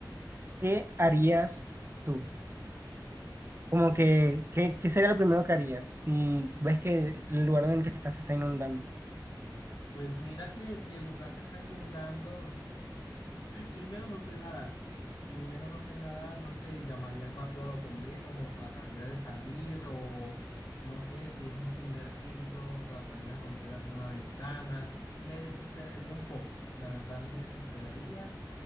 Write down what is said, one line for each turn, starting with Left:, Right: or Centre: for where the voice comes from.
Right: ¿qué harías tú? Como que, ¿qué, qué sería lo primero que harías si ves que el lugar en el que estás se está inundando?
Left: Pues mira que si el lugar se está inundando, <laughs> primero no sé nadar. Primero no sé nadar, no sé, llamaría rápido a los bomberos o trataría de salir o no sé si es un primer piso, trataría de romper alguna ventana. Me desesperaría un poco, la verdad me desesperaría.